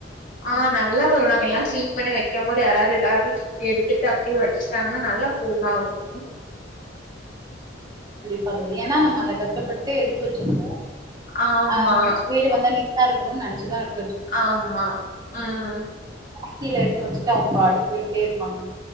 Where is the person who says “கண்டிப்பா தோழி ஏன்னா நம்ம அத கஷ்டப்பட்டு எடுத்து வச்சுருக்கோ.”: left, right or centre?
Right